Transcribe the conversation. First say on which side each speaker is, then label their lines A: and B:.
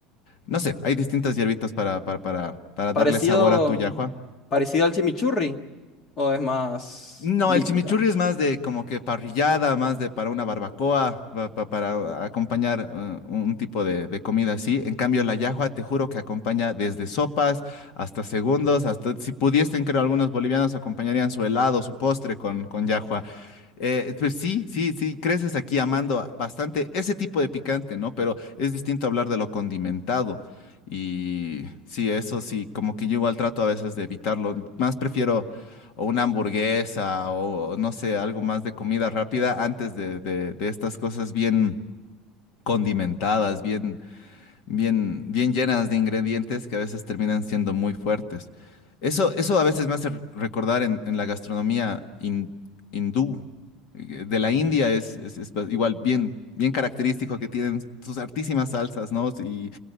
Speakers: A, on the left; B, on the left.
A: no sé, hay distintas hierbitas para, para, para, para
B: Parecido,
A: darle sabor a tu yahua.
B: parecido al chimichurri o es más
A: No,
B: líquida.
A: el chimichurri es más de como que parrillada, más de para una barbacoa, pa- pa- para acompañar eh, un tipo de, de comida así. En cambio, la yahua, te juro que acompaña desde sopas hasta segundos, hasta si pudiesen, creo, algunos bolivianos acompañarían su helado, su postre con, con llajua. Eh, pues sí, sí, sí, creces aquí amando a- bastante ese tipo de picante, ¿no? Pero es distinto hablar de lo condimentado. Y sí, eso sí, como que yo igual trato a veces de evitarlo. Más prefiero o una hamburguesa o no sé, algo más de comida rápida antes de, de- de estas cosas bien condimentadas, bien bien, bien llenas de ingredientes que a veces terminan siendo muy fuertes. Eso, eso a veces me hace recordar en, en la gastronomía hin- hindú, eh, de la India es, es- es ba- igual bien, bien característico que tienen sus artísimas salsas, ¿no? Y,